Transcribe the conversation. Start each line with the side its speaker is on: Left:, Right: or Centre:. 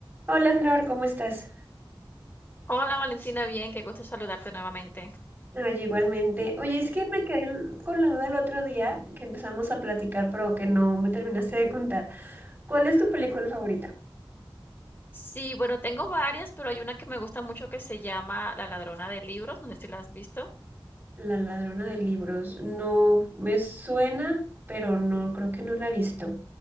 Right: Hola Flor, ¿cómo estás?
Left: Hola Valentina, bien, qué gusto saludarte nuevamente.
Right: Ay, igualmente. Oye, es que me quedé l- con la duda el otro día que empezamos a platicar, pero que no me terminaste de contar. ¿Cuál es tu película favorita?
Left: Sí, bueno, tengo varias, pero hay una que me gusta mucho que se llama La ladrona de libros, no sé si la has visto.
Right: La ladrona de libros. No, me suena, pero no, creo que no la he visto.